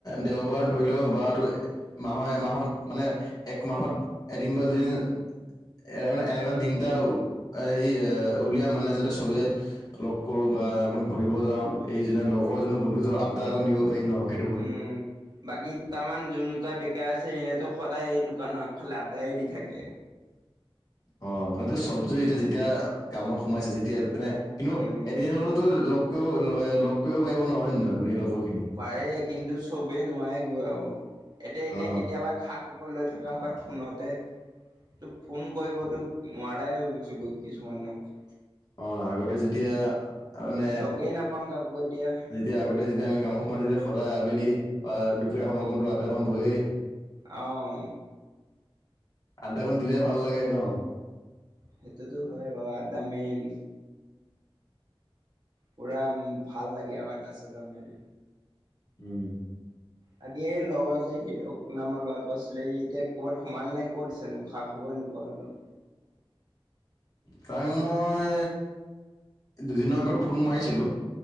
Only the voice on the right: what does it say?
উম। বাকী দুটামান যোন দুটা বেকাৰ আছে সিহঁতো সদায় এই দোকানৰ আগফালে আড্ডায়ে দি থাকে।
উম
পাৰে কিন্তু চবেই নোৱাৰেগৈ এতিয়া এনেই
কেতিয়াবা খা খবৰ লৈ থকা হয়। ফোনতে তো ফোন কৰিবতো নোৱাৰাই হৈ গৈছো গৈ কিছুমানক।
লগেই নাপাওঁ কাকো এতিয়া
আহু।
সেইটোতো হয় বাৰু আড্ডা মেইন। পোৰা উম ভাল লাগে আও আড্ডা চাড্ডা মাৰি।
বাকী এই লগৰ যে হিৰক নামৰ ল'ৰাটো আছিলে সি এতিয়া ক'ৰবাত সোমাল নে ক'ত আছে নো খা খবৰে নোপোৱা হ'লো।